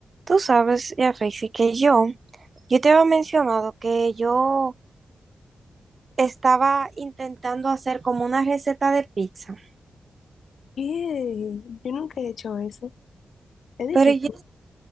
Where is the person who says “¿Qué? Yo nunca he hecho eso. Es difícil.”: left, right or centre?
Left